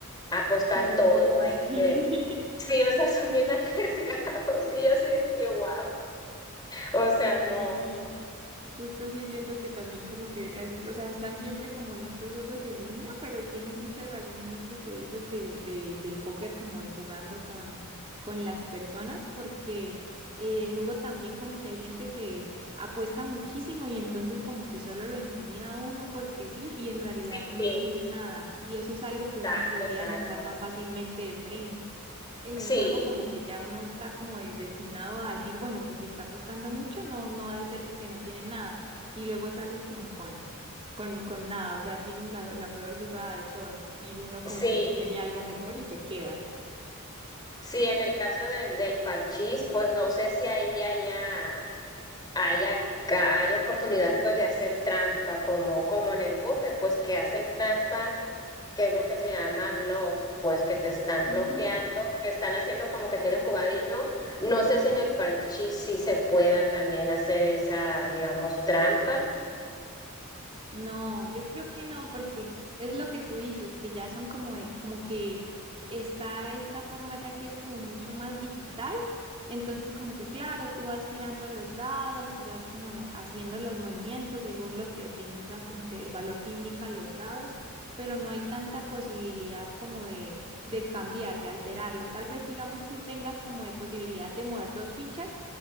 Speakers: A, on the left; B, on the right.
A: a apostar
B: en los
A: todo.
B: juegos,
A: a
B: sí.
A: este,
B: <laughs>
A: sí, o sea, son bien <laughs> arriesgados y yo así de que wow. O sea, no.
B: Sí. Justo sí siento que también como que, es- o sea, están siempre como en estos juegos en línea, pero tienes mucha razón en esto que dices de, de, del póker, como de jugando con, con las personas, porque eh, luego también como que hay gente que apuesta muchísimo y entonces como que solo lo intimida a uno porque sí y en realidad
A: Sí,
B: no
A: sí,
B: tiene nada. Y eso es algo que uno
A: exacto,
B: podría
A: exacto.
B: notar más fácilmente de frente en el
A: Sí,
B: juego como que ya uno está como de- destinado a decir, bueno, pues si está apostando mucho, no, no ha de ser porque no tiene nada. Y luego salen como con, con, con nada, o sea, tienen la, la peor jugada de todas y uno como
A: sí,
B: que sí tenía algo mejor y se queda.
A: sí, en el caso del, del parchís, pues no sé si ahí allá. Hay, acá, hay oportunidad pues de hacer trampa, como, como en el póker, pues que hacen trampa, que es lo que se llama bluff, pues que te están
B: Ujú.
A: blofeando, que están haciendo como que tienen jugada y no. No sé si en el parchís sí se pueda también hacer esa, digamos, trampa.
B: No, yo creo que no, porque es lo que tú dices, que ya son como, de- como que está esta forma ya que es como mucho más digital. Entonces, como que claro, tú vas tirando los dados y vas como de- haciendo los movimientos según lo que te indica, como que el valor que indican los dados, pero no hay tanta posibilidad como de, de cambiar, de alterarlo. Tal vez, digamos, tú tengas como de posibilidad de mover dos fichas